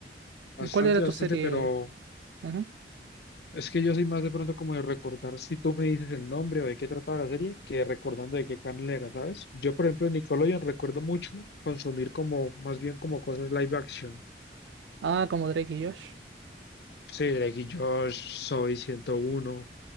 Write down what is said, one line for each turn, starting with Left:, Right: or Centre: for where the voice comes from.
Left: bastante,
Right: ¿Cuál era tu
Left: bastante,
Right: serie?
Left: pero
Right: Ujú.
Left: es que yo soy más de pronto como de recordar si tú me dices el nombre o de qué trataba la serie que recordando de qué canal era, ¿sabes? Yo, por ejemplo, en Nickelodeon recuerdo mucho consumir como, más bien como cosas live action.
Right: Ah, como Drake y Josh.
Left: Sí, Drake y Josh, Soy ciento uno,